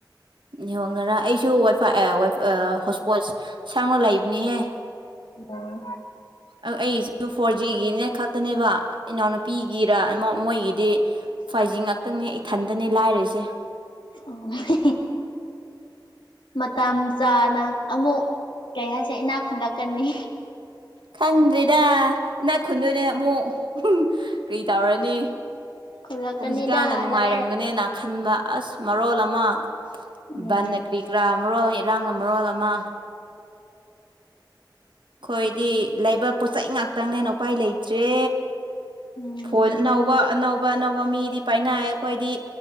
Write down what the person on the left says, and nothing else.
ꯑꯣ
ꯑ ꯃꯇꯝ ꯆꯥꯅ ꯑꯃꯨꯛ ꯀꯩ ꯍꯥꯏꯁꯦ ꯏꯅꯥꯛ ꯈꯨꯜꯂꯛꯀꯅꯤ
ꯈꯨꯜꯂꯛꯀꯅꯤꯗ
ꯂꯥꯏꯔ
ꯎꯝ
ꯎꯝ
ꯃꯥꯅꯦ